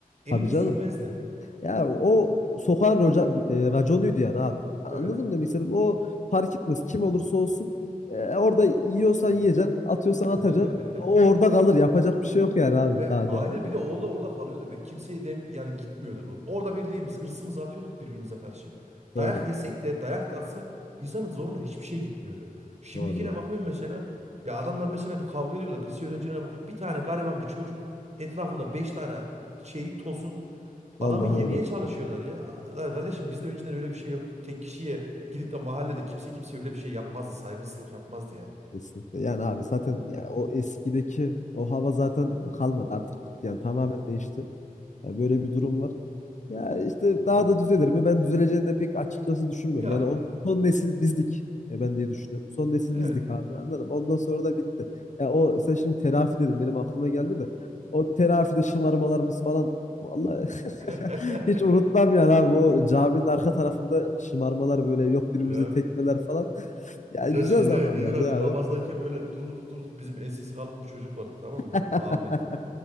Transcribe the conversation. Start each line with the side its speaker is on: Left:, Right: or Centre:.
Right: Elini
Left: Tabii canım.
Right: sürmezdi.
Left: Ya o sokağın roca, e, raconuydu yani abi. Anladın
Right: Evet.
Left: mı demek istediğim? O fark etmez. Kim olursa olsun. e, orada yiyorsan yiyeceksin. Atıyorsan atacaksın.
Right: <laughs>
Left: O orada kalır. Yapacak bir şey yok yani abi.
Right: Ve
Left: Daha
Right: aynen
Left: değerli.
Right: bir de o da orada kalıyordu ve kimseye dem yani gitmiyordu bu. Orada birliğimiz hırsımızı atıyorduk birbirimize karşı.
Left: Doğru.
Right: Dayak yesek de dayak da atsak insanın zoruna hiçbir şey gitmiyordu. Şimdikine
Left: Doğru doğru.
Right: bakıyorum mesela ya adamlar mesela bir kavga ediyorlar. Lise öğrencilerine bakıyorum bir tane gariban bir çocuk etrafında beş tane şey tosun
Left: Vallahi
Right: adamı yemeye
Left: öyle.
Right: çalışıyorlar ya. Lan kardeşim bizde önceden öyle bir şey yoktu. Tek kişiye gidip de mahallede kimse kimseye öyle bir şey yapmazdı. Saygısızlık yapmazdı yani.
Left: Kesinlikle. Yani abi zaten ya o eskideki o hava zaten kalmadı. Artık bitti yani
Right: Hı
Left: tamamen
Right: hı.
Left: değişti. Ya böyle bir durum var. Ya işte daha
Right: Aynen.
Left: da düzelir mi? Ben düzeleceğini de pek açıkçası düşünmüyorum.
Right: Yok.
Left: Yani o son nesil bizdik. Ya ben diye düşünüyorum. Son nesil
Right: Evet.
Left: bizdik abi. Anladım. Ondan sonra da bitti. Ya o sen şimdi terafi dedin. Benim aklıma geldi de. O terafide şımarmalarımız falan vallahi <laughs>
Right: <laughs>
Left: hiç unutmam yani abi. O caminin arka tarafında şımarmalar böyle yok birbirimize
Right: Ya
Left: tekmeler falan. <laughs> Ya
Right: ya
Left: güzel
Right: şeyde
Left: zamanlardı
Right: nedir adı
Left: ya
Right: namazdayken böyle durduk durduk bizim ensesi kalın bir çocuk vardı tamam mı?
Left: abi.
Right: Ahmet.